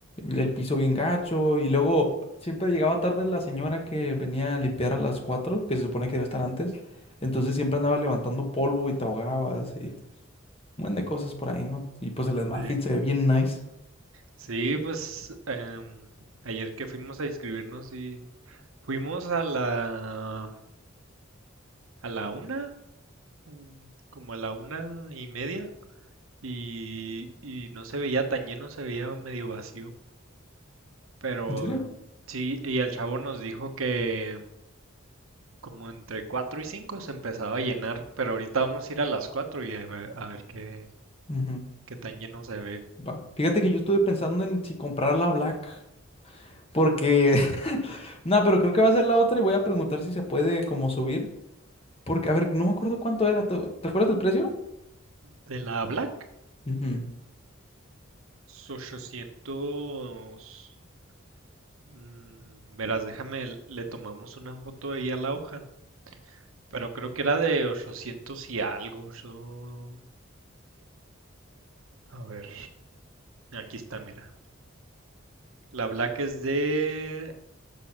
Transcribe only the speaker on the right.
Sí,
sí, pues em, ayer que fuimos a inscribirnos y fuimos a la a la una, mm, como a la una y media, y, y no se veía tan lleno, se veía medio vacío. Pero
sí, y el chavo nos dijo que como entre cuatro y cinco se empezaba a llenar, pero ahorita vamos a ir a las cuatro y a ver, a ver qué,
Qué tan lleno se ve.
De la Black,
800... mm, verás, déjame, le tomamos una foto ahí a la hoja. Pero creo que era de 800 y algo. Yo... A ver. Aquí está, mira. La Black es de